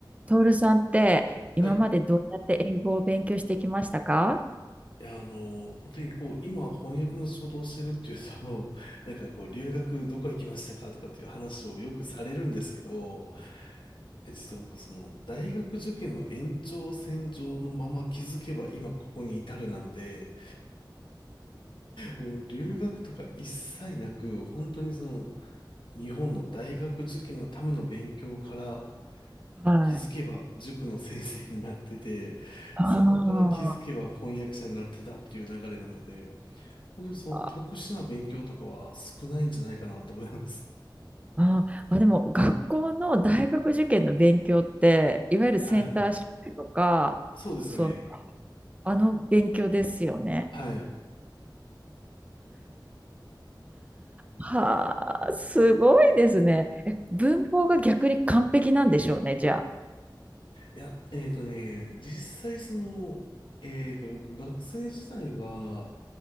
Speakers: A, on the right; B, on the left.
A: トールさんって今までどうやって英語を勉強してきましたか
B: はい。いや、あの本当にこう、今翻訳の仕事をしてるっていうと、あのなんかこう、留学どこ行きましたかとかっていう話をよくされるんですけど、え実は僕、その、大学受験の延長線上のまま気づけば今ここに至るなんで、もう留学とか一切なく、本当にその、日本の大学受験のための勉強から
A: はい。
B: 気づけば塾の先生になってて、
A: あ
B: そこから気づけば翻訳者になってたっていう流れなので、本当にその特殊な勉強とかは少ないんじゃないかなと思います。
A: あ、ああ、でも学校の大学受験の勉強って、いわゆるセンター試験とか、
B: <laughs> はい。そうですね。
A: そう、あの勉強ですよね。
B: はい。
A: はあ、すごいですね。え、文法が逆に完璧なんでしょうね、じゃ
B: いや、えっとね、実際その、えっと、僕学生時代は、